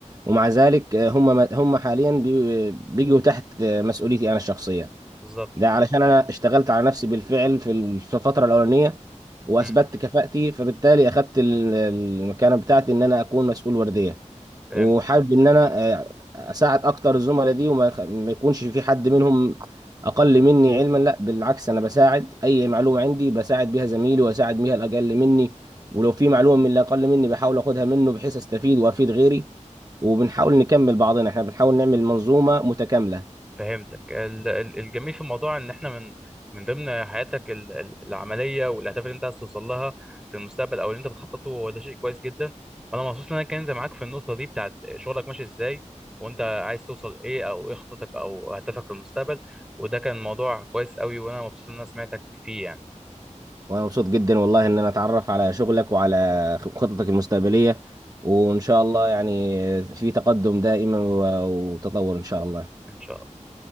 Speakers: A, on the right; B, in the centre.
A: ومع ذلك آه، هم ما- هم حاليا بي- بيجوا تحت آه، مسؤوليتي انا الشخصيه
B: بالظبط
A: ده علشان انا اشتغلت على نفسي بالفعل في ال- في الفتره الاولانيه واثبتت
B: امم
A: كفاءتي فبالتالي اخدت ال- المكانه بتاعتي ان انا اكون مسؤول ورديه
B: فهمت
A: وحابب ان انا آه، اساعد اكتر الزملاء دي وما يخ- ما يكونش في حد منهم اقل مني علما لا بالعكس انا بساعد اي معلومه عندي بساعد بيها زميلي واساعد بيها الاقل مني ولو في معلومه من اللي اقل مني بحاول اخدها منه بحيث استفيد وافيد غيري وبنحاول نكمل بعضنا احنا بنحاول نعمل منظومه متكامله
B: فهمتك ال- ال- الجميل في الموضوع ان احنا من من ضمن حياتك ال- ال- العمليه والاهداف اللي انت عايز توصل لها في المستقبل او اللي انت بتخططه هو ده شيء كويس جدا وانا مبسوط ان انا اتكلمت معاك في النقطه دي بتاعت شغلك ماشي ازاي وانت عايز توصل ايه او ايه خطتك او هدفك في المستقبل وده كان موضوع كويس قوي وانا مبسوط ان انا سمعتك فيه يعني
A: وانا مبسوط جدا والله ان انا اتعرف على شغلك وعلى خططك المستقبلية وان شاء الله يعني في تقدم دائما و- وتطور ان شاء الله
B: ان شاء الله